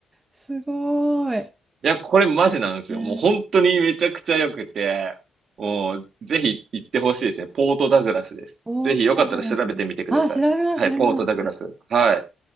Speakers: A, on the right (about 20°); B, on the right (about 55°).
A: すごーい。
B: や、これマジなんですよ。
A: うん
B: もう本当にめちゃくちゃ良くて、もうぜひ行ってほしいですね。ポートダグラスです。
A: オートダグラス。
B: ぜひよかったら調べてみてください。
A: あ、調べます、
B: はい、
A: 調べます。
B: ポートダグラス。はい。